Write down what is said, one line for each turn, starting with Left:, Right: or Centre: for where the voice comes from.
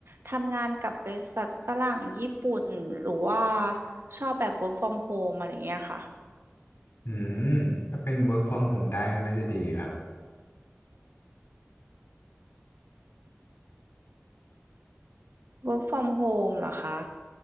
Right: ทำงานกับบริษัทฝรั่งญี่ปุ่นหรือว่าชอบแบบ work from home อะไรเงี้ยค่ะ
Left: อืมถ้าเป็น work from home ได้ก็น่าจะดีครับ
Right: work from home เหรอคะ